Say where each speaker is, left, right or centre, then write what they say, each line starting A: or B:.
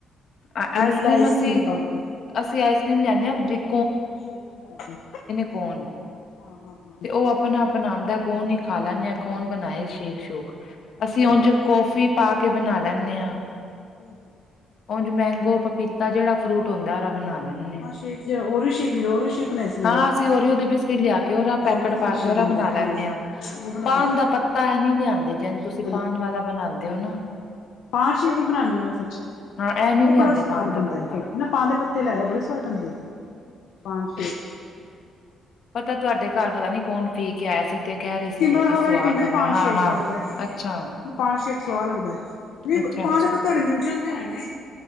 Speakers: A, on the left; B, on the left.
A: ਅ
B: ਵਨੀਲਾ
A: ਆਈਸ ਕਰੀਮ ਅਸੀ
B: ਕਰ੍ਰੀਮ ਪਾ ਕੇ
A: ਅਸੀ ਆਈਸ ਕਰੀਮ ਲਿਆਂਨੇ ਆਂ ਬਰਿਕ
B: ਸੇ਼ਕ ਬਣਾਇਆ ਦਾ
A: ਕੋਨ
B: ਹਾਂ ਹਾਂ। ਹਾਂ
A: ਤੇ ਓ ਆਪਣਾ ਅਪਣਾ ਆਂਦਾ ਕੌਣ ਈ ਖਾ ਲੈਂਨੇ ਆ ਕੌਣ ਬਣਾਏ ਸ਼ੇਕ ਸ਼ੂਕ।
B: ਠੀਕ
A: ਅਸੀਂ ਓਝਂ
B: ਆ ਠੀਕ
A: ਕੋੌਫੀ ਪਾ ਕੇ ਬਣਾ ਲੈਂਨੇ ਆਂ।
B: ਠੀਕ ਏ
A: ਉਂਝ ਮੈਂਗੋ ਪਪੀਤਾ ਜੇੜਾ ਫਰੂਟ ਹੁੰਦਾ ਐ ਓਰਾ ਬਣਾ ਲੈਨੇ ਆਂ।
B: ਹਾਂ ਸ਼ੇਕ ਓਰੀਓ ਸ਼ੇਕ ਵੀ, ਓਰੀਓ ਸ਼ੇਕ ਬਣਾਇਆ ਸੀ
A: ਹਾਂ
B: ਉਦੋਂ
A: ਅਸੀ ਉਰੀਓ ਦੇ ਬਿਸਕਿਟ ਲਿਆ ਕੇ ਓਦਾ ਪੈਕੇਟ
B: ਓਰੀਓ
A: ਪਾ
B: ਸ਼ੇਕ
A: ਕੇ ਉਦਾ
B: ਹੁੰਦਾ
A: ਬਣਾ
B: ਹਾਂ
A: ਲੈਨੇ
B: ਉਹ
A: ਆਂ।
B: ਬਣਾ
A: ਪਾਨ
B: ਲਿਆ
A: ਦਾ ਪੱਤਾ ਐ ਨੀ ਲਿਆਂਦੇ
B: ਉਹਦੀ
A: ਜੈਨ
B: ਸ਼ੇਕ
A: ਤੁਸੀ ਪਾਨ ਵਾਲਾ ਬਣਾਂਦੇ ਓ ਨਾ।
B: ਪਾਨ ਸੇ਼ਪ ਦੀ ਬਨਾਨੀ ਆਂ ਮੈਂ ਸੱਚ।
A: ਹਾਂ ਇਹ ਨੀ
B: ਓ
A: ਲਿਆਂਦੇ
B: ਬੜਾ ਸਵਾਦ
A: ਪਾਨ ਦਾ
B: ਬਣਦਾ
A: ਪੱਤਾ
B: ਈ। ਨ ਪਾਨ ਦੇ ਪੱਤੇ ਲੈ ਆਇਉ ਬੜਾ ਸਵਾਦ ਬਣਦਾ ਈ। ਪਾਨ ਸੇ਼ਕ
A: ਉਹ ਤਾਂ ਤੁਹਾਡੇ ਘਰ ਪਤਾ ਨੀ ਕੌਣ ਪੀ ਕੇ ਆਇਆ ਸੀ। ਤੇ ਕਹਿ ਰਹੇ ਸੀਗੇ
B: ਸਿਮਰ
A: ਕਿ
B: ਹਰ
A: ਸਵਾਦ
B: ਵਾਰੀ ਪੀਂਦਾ
A: ਆਉਂਦਾ
B: ਈ ਪਾਨ
A: ਹਾਂ
B: ਸੇ਼ਕ
A: ਹਾਂ
B: ਆਂਦਾ ਐ।
A: ਅੱਛਾ
B: ਪਾਨ ਸੇ਼ਕ ਸਵਾਦ ਲੱਗਦਾ ਐ। ਵੀ
A: ਅੱਛਾ
B: ਪਾਨ ਦੇ ਪੱਤੇ ਤੁਹਾਡੇ ਮਿਲ ਜਾਂਦੇ ਹੋਣੇ ਨੇ।